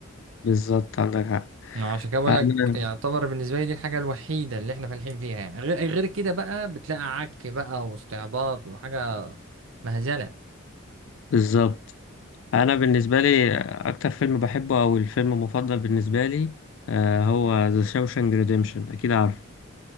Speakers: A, on the left; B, on the right.
A: بالظبط عندك حق
B: عشان كده بقول
A: انا
B: لك يعتبر بالنسبه لي دي الحاجه الوحيده اللي احنا فالحين فيها يعني غير غير كده بقى بتلاقي عك بقى واستعباط وحاجه مهزله
A: بالظبط انا بالنسبه لي اكتر فيلم بحبه او الفيلم المفضل بالنسبه لي آه، هو ذا شاوشانك ريديمشن اكيد عارفه